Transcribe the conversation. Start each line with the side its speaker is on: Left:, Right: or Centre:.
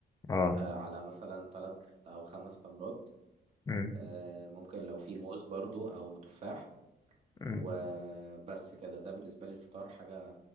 Left: اه
Right: آه، على مثلا ثلاث او خمس تمرات
Left: امم
Right: آه، ممكن لو في موز برضو او تفاح
Left: امم
Right: وبس كده ده بالنسبة لي الفطار حاجة